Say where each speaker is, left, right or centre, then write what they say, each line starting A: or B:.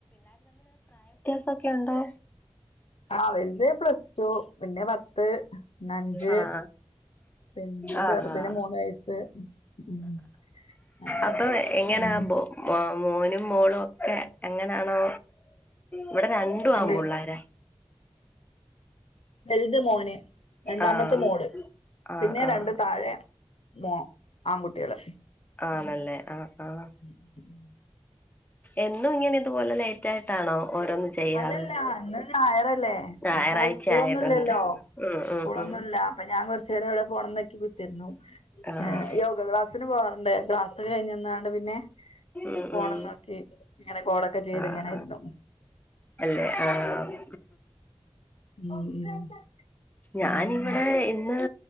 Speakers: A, on the left; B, on the left.
A: ക്കെയക്കെണ്ടോ?
B: ആഹ് വെൽത് പ്ലസ് ടു പിന്നെ പത്ത് ന്നഞ്ച്
A: ആഹ്
B: പിന്നെ
A: ആഹ്
B: ചെറുത് ന് മൂന്ന് വയസ്സ് ഉം അങ്ങനെയൊക്കെ
A: അപ്പൊ എങ്ങനെയാമ്പോ
B: ഉം
A: മ മോനും മോളും ഒക്കെ എങ്ങനെയാണോ ഇവിടെ രണ്ടു
B: എന്ത്
A: ആമ്പുള്ളാര
B: വെൽത് മോന് രണ്ടാമത്തെ
A: ആഹ്
B: മോള്
A: ആഹ്
B: പിന്നെ
A: ആഹ്
B: രണ്ട് താഴെ മോ ആൺകുട്ടിയേള്
A: ആണല്ലേ ആഹ് ആഹ്
B: ഉം ഉം
A: എന്നും ഇങ്ങനെ ഇതുപോലെ ലേറ്റ് ആയിട്ടാണോ ഓരോന്ന് ചെയ്യാറ്
B: അല്ലല്ലല്ല ഇന്ന് ഞായറല്ലേ
A: ഞായറാഴ്ച
B: അപ്പൊ സ്കൂളൊന്നുംല്ലല്ലോ
A: ആയതുകൊണ്ട് ഉം
B: സ്കൂളൊന്നുല്ല
A: ഉം ഉം
B: അപ്പൊ ഞാൻ വേറ ച്ചേടെ അവ്ടേ പോണംന്നക്കി കുത്തിരുന്നു
A: ആഹ്
B: ഏ യോഗ ക്ലാസ് ത്തിന് പോവാർണ്ട് ക്ലാസ് കഴിഞ്ഞന്നാണ്ട് പിന്നെ
A: ഉം
B: ഫോണും
A: ഉം
B: നോക്കി, ഇങ്ങനെ കോളൊക്കെ ചെയ്ത്
A: ആഹ്
B: ഇങ്ങനെയിരുന്നു.
A: ആഹ് അല്ലെ ആഹ്.
B: ഉം ഉം
A: ഞാനിവിടെ
B: ഉം
A: ഇന്ന്